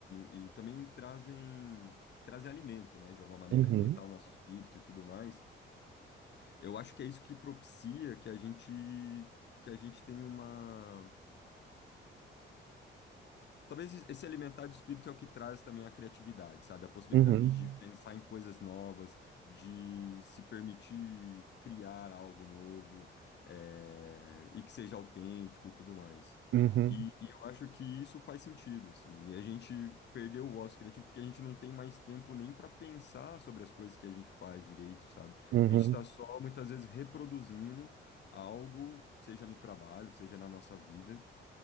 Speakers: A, on the left; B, on the right.
A: e, e também trazem trazem alimento, né, de alguma maneira,
B: uhum,
A: alimentar o nosso espírito e tudo mais. Eu acho que é isso que propicia que a gente que a gente tenha uma Talvez esse esse alimentar do espírito é o que traz também a criatividade, sabe? A possibilidade
B: uhum.
A: de pensar em coisas novas, de se permitir criar algo novo, é, e que seja autêntico e tudo mais.
B: Uhum,
A: E, e eu acho que isso faz sentido, assim. E a gente perdeu o ócio criativo porque a gente não tem mais tempo nem para pensar sobre as coisas que a gente faz direito, sabe?
B: uhum,
A: A gente está só muitas vezes reproduzindo algo, seja no trabalho, seja na nossa vida